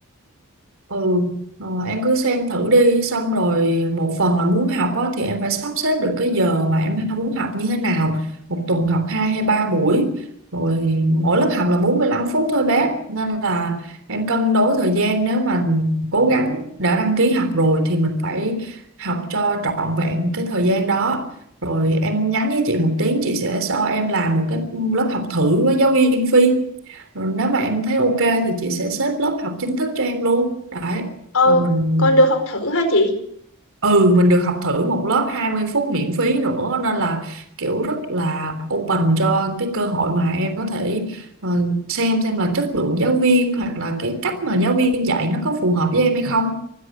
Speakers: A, on the right; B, on the left.
A: Ừ, ờ, em cứ xem thử đi xong rồi một phần là muốn học á, thì em phải sắp xếp được cái giờ mà em muốn học như thế nào một tuần học 2 hay 3 buổi rồi mỗi lớp học là 45 phút thôi bé nên là em cân đối thời gian nếu mà cố gắng đã đăng ký học rồi thì mình phải học cho trọn vẹn cái thời gian đó rồi em nhắn với chị một tiếng chị sẽ cho em làm một cái lớp học thử với giáo viên Phi rồi nếu mà em thấy ok thì chị sẽ xếp lớp học chính thức cho em luôn đấy
B: Ờ,
A: rồi mình
B: con được học thử hả chị?
A: ừ mình được học thử một lớp 20 phút miễn phí nữa nên là kiểu rất là open cho cái cơ hội mà em có thể ờ, xem xem là chất lượng giáo viên hoặc là cái cách mà giáo viên dạy nó có phù hợp với em hay không